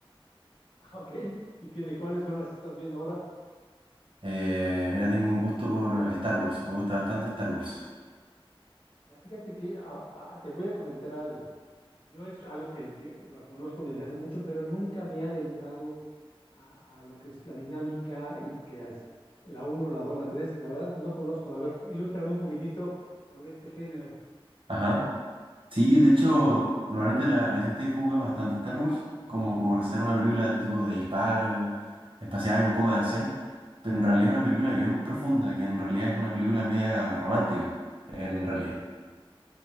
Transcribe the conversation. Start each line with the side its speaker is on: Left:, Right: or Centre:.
Left: Ah, ok. ¿Y qué de cuáles son las que estás viendo ahora?
Right: Eh, mira, tengo un gusto por Star Wars, me gusta bastante Star Wars.
Left: Ya fíjate que ah, ah, te voy a comentar algo. Yo es algo que de- lo conozco desde hace mucho, pero nunca me he adentrado a, a lo que es la dinámica y que es la uno, la 2, la 3. La verdad no conozco. A ver, cu- ilústrame un poquitito sobre este género.
Right: Ajá. Sí, de hecho, normalmente la, la gente juzga bastante Star Wars, como por ser una película tipo de disparo, espacial, un poco de acción, pero en realidad es una película bien profunda, que en realidad es una película media romántica, en realidad.